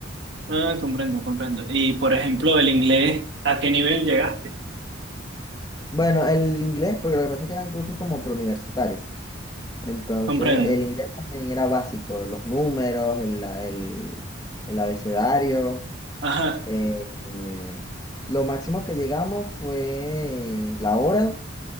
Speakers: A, on the right; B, on the left.
A: Ah, comprendo, comprendo. Y por ejemplo, el inglés, ¿a qué nivel llegaste?
B: Bueno, el inglés, porque lo que pasa es que eran cursos como preuniversitarios. Entonces,
A: Comprendo.
B: el inglés también era básico, los números, el, el, el abecedario.
A: Ajá,
B: Eh, eh, lo máximo que llegamos fue la hora,